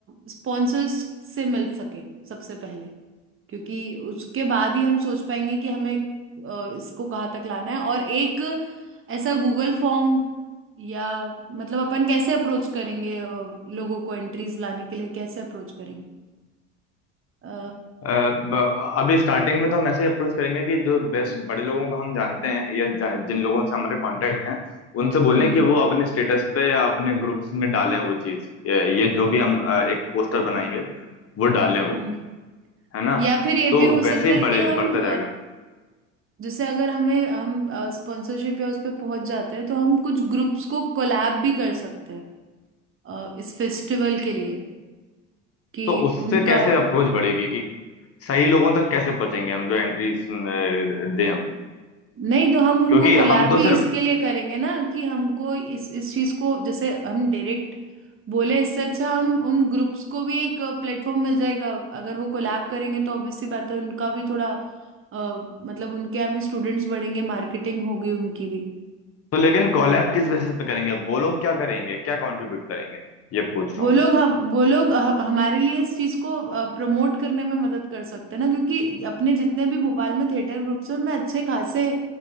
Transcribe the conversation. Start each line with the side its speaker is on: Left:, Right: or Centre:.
Right: स्पॉन्सर्स से मिल सके सबसे पहले क्योंकि उसके बाद ही हम सोच पाएंगे कि हमें अ, इसको कहाँ तक लाना है और एक ऐसा गूगल फॉर्म या मतलब अपन कैसे अप्रोच करेंगे अ, लोगों को एंट्रीज लाने के लिए कैसे अप्रोच करेंगे अ,
Left: अ, ब- अभी स्टार्टिंग में तो हम ऐसे ही अप्रोच करेंगे कि जो बेस्ट बड़े लोगों को हम जानते हैं या जा- जिन लोगों से हमारे कांटेक्ट हैं उनसे बोलें
Right: हम्म
Left: कि वो अपने स्टेटस पे या अपने ग्रुप्स में डालें वो चीज़ ये, ये जो भी हम अ, एक पोस्टर बनाएंगे वो डालें वो
Right: हम्म
Left: है ना
Right: या फिर ये
Left: तो
Right: भी हो
Left: वैसे
Right: सकता
Left: ही
Right: है
Left: बड़े
Right: कि हम
Left: बढ़ता जाएगा
Right: जैसे अगर हमें हम स्पॉन्सरशिप या उस पर पहुंच जाते हैं तो हम कुछ ग्रुप्स को कोलैब भी कर सकते हैं अ, इस फेस्टिवल के लिए कि
Left: तो उससे
Right: उनका
Left: कैसे अप्रोच बढ़ेगी कि सही लोगों तक कैसे पहुंचेंगे हम जो एंट्रीज दें अपनी
Right: नहीं तो हम उनको
Left: क्योंकि
Right: कोलैब
Left: हम तो
Right: ही
Left: सिर्फ
Right: इसके लिए करेंगे ना कि हमको इस इस चीज को जैसे हम डायरेक्ट बोले इससे अच्छा हम उन ग्रुप्स को भी एक प्लेटफॉर्म मिल जाएगा अगर वो कोलैब करेंगे तो ऑब्वियस सी बात है उनका भी थोड़ा अ, मतलब उनके यहाँ भी स्टूडेंट्स बढ़ेंगे मार्केटिंग होगी उनकी भी
Left: तो लेकिन कॉलैब किस बेसिस पे करेंगे वो लोग क्या करेंगे क्या कंट्रीब्यूट करेंगे ये पूछ रहा
Right: वो
Left: हूँ
Right: लोग हम वो लोग ह- हमारे लिए इस चीज को प्रमोट करने में मदद कर सकते हैं ना क्योंकि अपने जितने भी भोपाल में थिएटर ग्रुप्स हैं उनमें अच्छे खासे